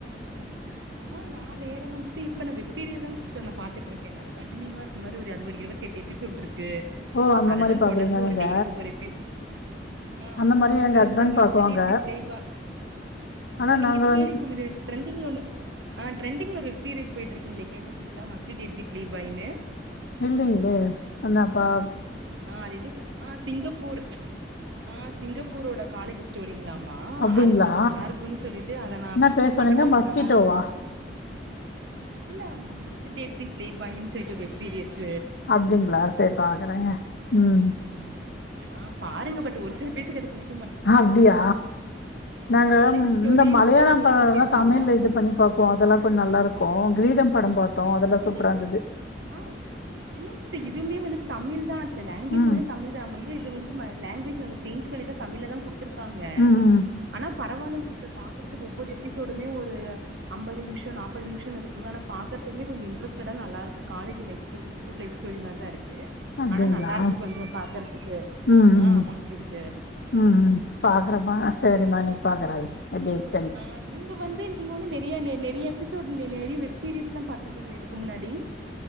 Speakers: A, on the right (about 85°); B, on the left (about 65°).
A: ஆ நா வேற வந்துட்டு இப்ப நா வெப்சீரியஸ் தா சிஸ்டர் நா பாத்துட்டு இருக்கே நானு கண்டினியூவா இருக்க மாரி அது ஒரு இருபத்தெட்டு எப் எப்பிஷோட் இருக்கு
B: ஓ அந்த
A: அததா
B: மாரி பாக்குறீங்க
A: தொடர்ந்து
B: நீங்க
A: ஒரு டெய்லி ஒவ்வொரு எப்பிஷோ ஆ
B: அந்த
A: ஆமாங்க
B: மாரி
A: சிஸ்டர்
B: எங்க ஹஸ்பண்ட்
A: இந்த மஸ்ட்
B: பாக்குவாங்க
A: டேட் த ப்ளே பா
B: ஆனா
A: ஓ நீங்க
B: நாங்க
A: இது <unintelligible>
B: வந்
A: ட்ரெண்டிங்ல ஒனு ஆ டரெண்டிங்ல ஒரு வெப்சீரியஸ் போயிட்டு இருக்குங்ளெ கேட்ருக்கீங்ளா must date the play boy னு
B: இல்லேங்களே அதாப்பா
A: ஆ அது இது ஆ சிங்கப்பூர் ஆ சிங்கப்பூரோட காலேஜஸ் போரிங்ளாமா
B: அப்டிங்களா
A: அது கொஞ்சோ நல்லா இருக்குன்னு சொல்லிட்டு அத நா
B: என்ன பேர் சொன்னீங்க
A: அத கொஞ்சோ
B: மஸ்கிட்டோவா
A: நல்லா இருக்குன்ட்டு
B: <inaudible>
A: இல்ல மஸ்ட் டேட் தி ப்ளே பாய்னு சொல்டு ஒரு வெப் சீரியஸ்
B: அப்டிங்ளா சே பாக்குறேங்க ம்
A: ஆ பாருங்க பட் ஒரு சில பேத்துக்கு அது புடி
B: அப்டியா நாங்க
A: காலேஜ் ஸ்டோரி
B: இந்த மலையாள
A: ஸ்கூல் ஸ்டோரி
B: பட
A: மாரி
B: எல்லா
A: இருக்குங்களா
B: தமிழ்ல இது பண்ணி பாப்போ அதெல்லா கூட நல்லா இருக்கு கிரீடம் படம் பாத்தோ அதெல்லா
A: இல்லைங்
B: சூப்பரா இருந்தது
A: ஆ இல்லேங்க சிஸ்டர் இதுமே வந்துட்டு தமிழ் தா அத்த லாங்குவேஜ்
B: ம்
A: வந்து தமிழ்தா நம்ம வந்து இது வந்து லாங்குவஜ் சேஞ்ச் பண்ணிதா தமிழ்ல தா கொடுத்திருக்காங்க
B: ம் ம்
A: ஆனா பரவாயலங்க சிஸ்டர் பாக்குறதுக்கு ஒவ்வொரு எபிசோடுமே ஒரு அம்பது நிமிஷ நாப்பது நிமிஷ இருக்குங்கனா பாக்றதுக்குமே கொஞ்சோ இன்ட்ரஸ்டடா நல்ல இருக்கு college life story school life story மாரிதா இருக்கு
B: அப்டிங்களா
A: ஆனா நல்லா இருக்கு கொஞ்சோ பாக்கறதுக்கு
B: ம்
A: ஆ
B: ம்
A: ஆமாங்க சிஸ்டர்
B: ம் ம் பாக்குறேம்மா சரிம்மா இன்னைக்கு பாக்குறெ எப்டி இருக்குனு
A: ஆ நீங்க வந்து நீங்க வந்து நிறைய எபிசோடு நிறைய வெப்சீரிஸ் லா பாத்துக்கீங்கள இதுக்கு முன்னாடி